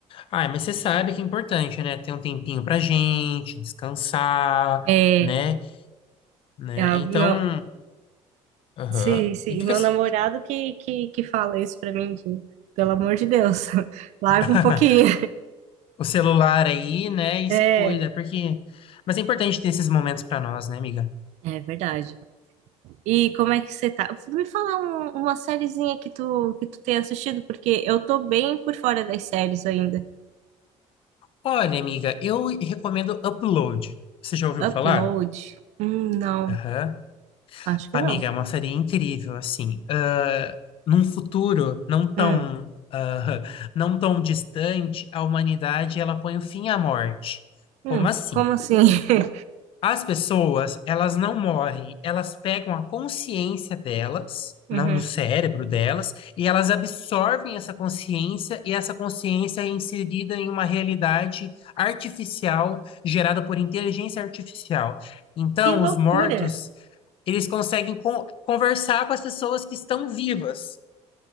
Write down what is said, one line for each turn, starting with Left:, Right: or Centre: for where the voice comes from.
Left: Ah, mas você sabe que é importante, né? Ter um tempinho pra gente, descansar,
Right: É,
Left: né? Né?
Right: a-
Left: Então,
Right: meu,
Left: aham.
Right: se, se,
Left: E fica
Right: meu
Left: assim,
Right: namorado que, que, que fala isso pra mim, que, pelo amor de Deus, <laughs> larga
Left: <laughs>
Right: um pouquinho.
Left: o celular aí, né? E
Right: É.
Left: se cuida, porque... Mas é importante ter esses momentos pra nós, né, amiga?
Right: É verdade. E como é que você tá? Me fala um- uma sériezinha que tu, que tu tem assistido, porque eu tô bem por fora das séries ainda.
Left: Olha, amiga, eu recomendo Upload. Você já ouviu
Right: Upload?
Left: falar?
Right: Hum, não,
Left: Aham.
Right: acho que
Left: Amiga,
Right: não.
Left: é uma série incrível, assim. Ah, num futuro não tão,
Right: Hum,
Left: ah, <laughs> não tão distante, a humanidade ela põe o fim à morte.
Right: hum,
Left: Como assim?
Right: como assim? <laughs>
Left: As pessoas, elas não morrem, elas pegam a consciência delas, na-
Right: Uhum.
Left: no cérebro delas, e elas absorvem essa consciência, e essa consciência é inserida em uma realidade artificial, gerada por inteligência artificial. Então,
Right: Que loucura!
Left: os mortos, eles conseguem con- conversar com as pessoas que estão vivas.